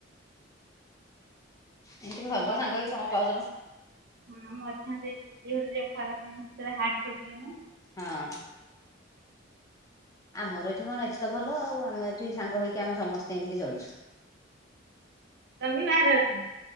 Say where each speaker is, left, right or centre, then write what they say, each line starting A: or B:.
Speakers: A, on the left; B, on the right.
A: ଏମିତି ଭଲ
B: ମଧ୍ୟରେ
A: ସାଙ୍ଗ ହେଇକି
B: <unintelligible>
A: କଣ ପାଉଛ ମ
B: ହଁ ମଧ୍ୟରେ <unintelligible> ଖରାପ ତାର ହାର୍ଟ ପ୍ରୋବ୍ଲେମ୍
A: ହଁ। ଆମର ଏଠି କଣ ଏତେ ତ ଭଲ ଆଉ ଆମ ଏଠି ସାଙ୍ଗ ହେଇକି ଆମେ ସମସ୍ତେ ଏମିତି ଚଳୁଛୁ।
B: ତମେ ବି ବାହାରେ ଅଛ